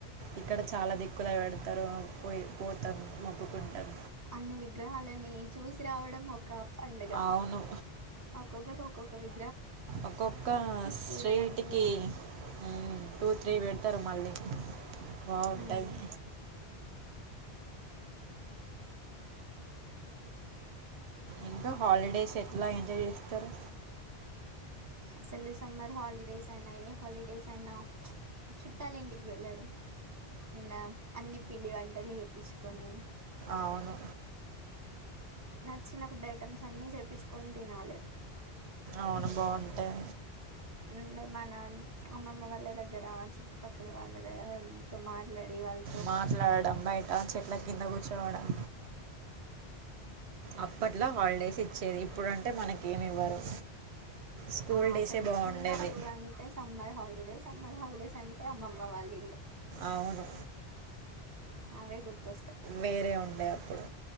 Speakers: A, on the right; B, on the right.
A: ఇక్కడ చాలా దిక్కుల పెడతారు పోయి పోతాం మొక్కుకుంటాం
B: అన్ని విగ్రహాలని చూసి రావడం ఒక పండుగ
A: అవును.
B: ఒక్కొక్కరు ఒక్కొక్క వి
A: ఒక్కొక్క స్విట్
B: చూడడానికి
A: కి ఉమ్ టూత్ త్రీ పెడతారు మళ్ళీ బాగుంటది
B: మ్మ్
A: ఇంకా హాలిడేస్ ఎట్లా ఎంజాయ్ చేస్తారు
B: అసలు సమర్ హలిడేస్ అయినా ఏ హలిడేస్ అయినా చుట్టాల ఇంటికి వెళ్ళాడం ఉనా అన్ని పిండి వంటలు చేప్పించుకొని
A: అవును
B: నచ్చిన ఫుడ్ ఐటమ్స్ అన్ని చేప్పించుకొని తినాలి
A: అవును బాగుంటాయి
B: అండ్ మన అమ్మమ్మ వాళ్ళ దగ్గర చుట్టుపక్కల వాళ్ళ దగ్గర తో మాట్లాడి వాళ్ళ
A: మాట్లాడడం బయట చెట్ల కింద కూర్చోవడం అప్పట్లో
B: అసలు
A: హాలిడేస్ ఇచ్చేది ఇప్పుడుంటే మనకు ఏమి ఇవ్వరు స్కూల్
B: ఆ
A: డేసే
B: అసలు
A: బాగుండేది
B: చిన్నప్పుడు అంటే సమ్మర్ హాలి ఇదే సమ్మర్ హాలిడేస్ అంటే అమ్మమ్మ వాళ్ళ ఇల్లు
A: అవును
B: అవే గుర్తు
A: వేరే ఉండే అప్పుడు